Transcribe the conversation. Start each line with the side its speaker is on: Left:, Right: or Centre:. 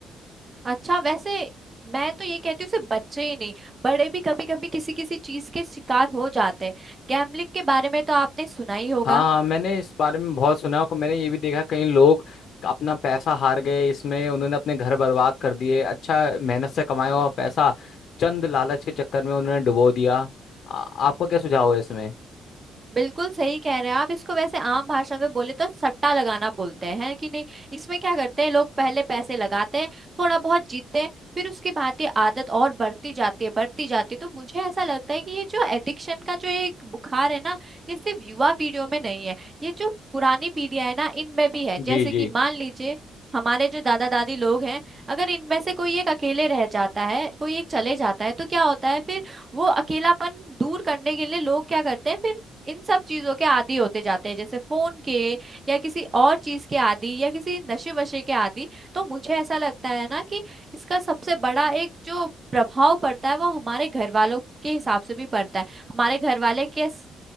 Right: अच्छा वैसे मैं तो ये कहती हूँ सिर्फ बच्चे ही नहीं बड़े भी कभी कभी किसी किसी चीज के शिकार हो जाते हैं गैम्बलिंग के बारे में तो आपने सुना ही होगा
Left: हाँ हाँ मैंने इस बारे में बहुत सुना है और मैंने ये भी देखा कई लोग अपना पैसा हार गए इसमें उन्होंने अपने घर बर्बाद कर दिए अच्छा मेहनत से कमाया हुआ पैसा चंद लालच के चक्कर में उन्होंने डुबो दिया आ, आपको क्या सुझाव है इसमें
Right: बिल्कुल सही कह रहे हैं आप इसको वैसे आम भाषा में बोले तो सट्टा लगाना बोलते हैं कि नहीं इसमें क्या करते हैं लोग पहले पैसे लगाते हैं थोड़ा बहुत जीतते हैं फिर उसके बाद ये आदत और बढ़ती जाती है बढ़ती जाती है तो मुझे ऐसा लगता है कि ये जो एडिक्शन का जो एक बुखार है ना ये सिर्फ युवा पीढ़ियों में नहीं है ये जो पुरानी पीढ़ियां है ना इनमें भी है जैसे
Left: जी जी
Right: कि मान लीजिए हमारे जो दादा दादी लोग हैं अगर इनमें से कोई एक अकेले रह जाता है कोई एक चले जाता है तो क्या होता है फिर वो अकेलापन दूर करने के लिए लोग क्या करते हैं फिर इन सब चीजों के आदी होते जाते हैं जैसे फोन के या किसी और चीज के आदी या किसी नशे वशे के आदी तो मुझे ऐसा लगता है ना कि इसका सबसे बड़ा एक जो प्रभाव पड़ता है वो हमारे घर वालों के हिसाब से भी पड़ता है हमारे घर वाले किस